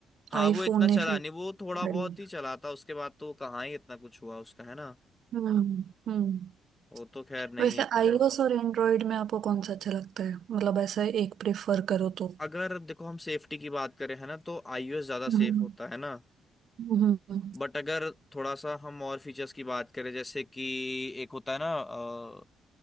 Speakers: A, on the left; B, on the right.
A: हाँ
B: आईफोन
A: वो इतना चला
B: ने फिर
A: नहीं वो थोड़ा
B: कर
A: बहुत
B: लिया
A: ही चला था उसके बाद तो कहाँ ही इतना कुछ हुआ उसका है ना
B: हम्म हम्म
A: वो तो खैर नहीं
B: वैसे
A: इतना
B: आईओएस
A: चला था
B: और एंड्रॉइड में आपको कौन सा अच्छा लगता है मतलब ऐसा एक प्रेफर करो तो
A: अगर देखो हम सेफ्टी की बात करें है ना तो आईओएस ज्यादा
B: हम्म
A: सेफ होता है ना
B: हम्म हम्म।
A: बट अगर थोड़ा सा हम और फीचर्स की बात करें जैसे कि एक होता है ना